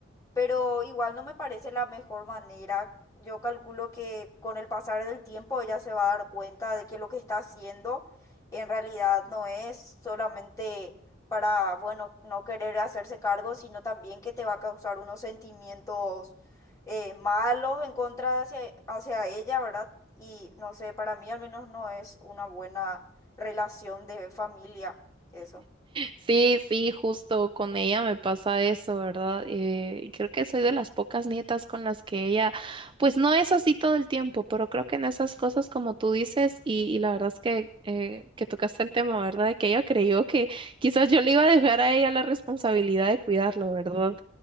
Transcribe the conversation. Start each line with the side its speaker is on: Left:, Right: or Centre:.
Left: pero igual no me parece la mejor manera. Yo calculo que con el pasar del tiempo ella se va a dar cuenta de que lo que está haciendo en realidad no es solamente para, bueno, no querer hacerse cargo, sino también que te va a causar unos sentimientos eh, malos en contra hacia, hacia ella, ¿verdad? Y no sé, para mí al menos no es una buena relación de familia, eso.
Right: Sí, sí, justo con ella me pasa eso, ¿verdad? Eh, y creo que soy de las pocas nietas con las que ella, pues no es así todo el tiempo, pero creo que en esas cosas, como tú dices, y, y la verdad es que, eh, que tocaste el tema, ¿verdad? De que ella creyó que quizás yo le iba a dejar a ella la responsabilidad de cuidarlo, ¿verdad?